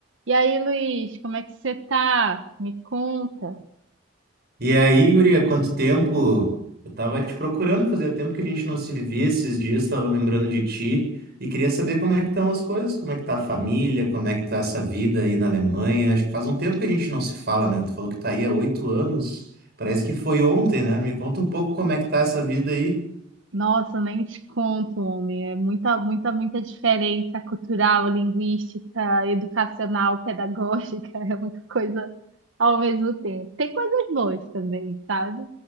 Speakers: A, on the right; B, on the right.
A: E aí, Luiz, como é que você tá? Me conta.
B: E aí, guria, quanto tempo? Eu tava te procurando, fazia tempo que a gente não se via esses dias, tava lembrando de ti e queria saber como é que estão as coisas, como é que tá a família, como é que tá essa vida aí na Alemanha. Acho que faz um tempo que a gente não se fala, né? Tu falou que tá aí há oito anos, parece que foi ontem, né? Me conta um pouco como é que tá essa vida aí.
A: Nossa, nem te conto, homem. É muita, muita, muita diferença cultural, linguística, educacional, pedagógica. <laughs> É muita coisa ao mesmo tempo. Tem coisas boas também, sabe?